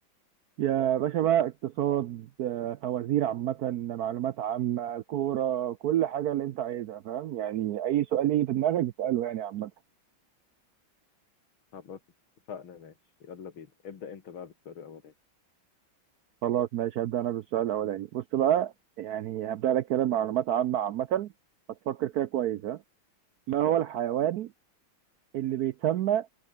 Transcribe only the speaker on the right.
يا باشا بقى اقتصاد آه، فوازير عامة معلومات عامة كورة كل حاجة اللي انت عايزها فاهم يعني اي سؤال يجي في دماغك اسأله يعني عامة
خلاص ماشي هبدأ انا بالسؤال الاولاني بص بقى يعني هبدأ لك كده معلومات عامة عامة هتفكر فيها كويس ها ما هو الحيوان اللي بيتسمى